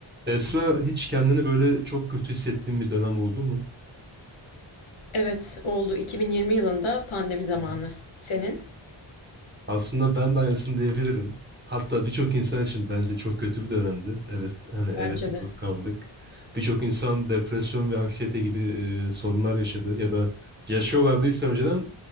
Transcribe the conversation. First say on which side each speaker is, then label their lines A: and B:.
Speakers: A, on the right; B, on the left.
A: Esra hiç kendini böyle çok kötü hissettiğin bir dönem oldu mu?
B: Evet, oldu. 2020 yılında pandemi zamanı.
A: Hı hı.
B: Senin?
A: Aslında ben de aynısını diyebilirim. Hatta birçok insan için bence çok kötü bir dönemdi. Evet, hani evet
B: Bence
A: tıkanıp
B: de.
A: kaldık. Birçok insan depresyon ve anksiyete gibi e, sorunlar yaşadı ya da yaşıyorlardıysa önceden